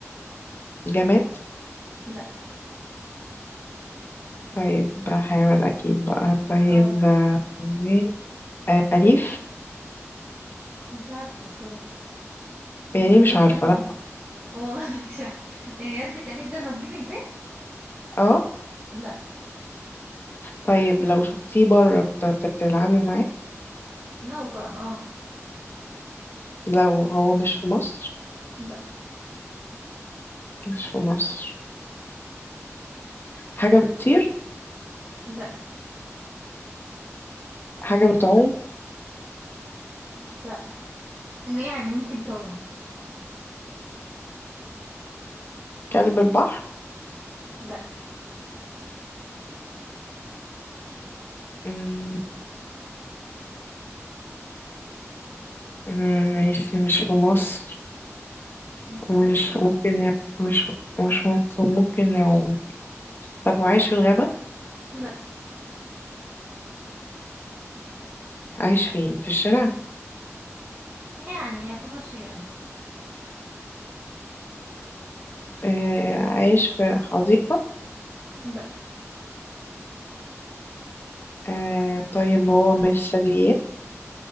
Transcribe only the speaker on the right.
لأ
اه
مش عارفة الصراحة
مجربتش
أنا.
والله <laughs> مش عارفة يعني قصدك أليف ده أنا أربيه في البيت
لأ
لو بقى اه
لا
لا
لا يعني ممكن تعوم
لا
مصر
لا
يعني يعتبر شارع
لا